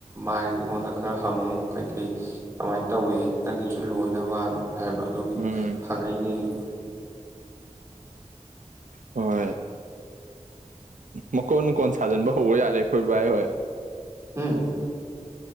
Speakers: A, on the right; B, on the right.
A: ꯃꯥꯏ ꯑꯩꯉꯣꯟꯗ ꯈꯔ ꯍꯪꯉꯨ ꯀꯩꯀꯩ ꯀꯃꯥꯏꯅ ꯇꯧꯏ ꯅꯪꯒꯤꯁꯨ ꯂꯣꯏꯅꯕꯅ ꯍꯥꯏꯕ ꯑꯗꯨꯒꯤ
B: ꯎꯝ
A: ꯍꯪꯉꯛꯏꯅꯦ ꯑꯩꯁꯨ
B: ꯍꯣꯏ ꯃꯀꯣꯟ ꯅꯨꯡꯀꯣꯟ ꯁꯥꯖꯤꯟꯕ ꯍꯧꯕ ꯌꯥꯔꯦ ꯑꯩꯈꯣꯏ ꯚꯥꯏ ꯍꯣꯏ
A: ꯎꯝ